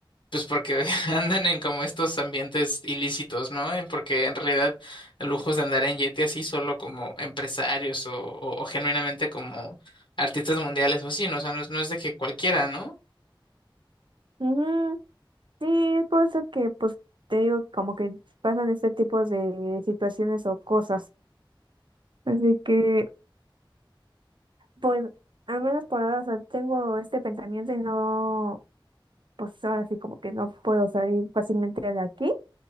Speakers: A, on the left; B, on the right.
A: pues porque <laughs> andan en como estos ambientes ilícitos, ¿no? En- Porque en realidad lujos de andar en Yeti así solo como empresarios o, o- o genuinamente como artistas mundiales o así, ¿no? O sea, no es, no es de que cualquiera, ¿no?
B: Ujú, Sí, es por eso que pues te digo como que pasan este tipo de situaciones o cosas. Así que Pues al menos por ahora, o sea, tengo este pensamiento y no, pues ahora sí como que no puedo salir fácilmente de aquí.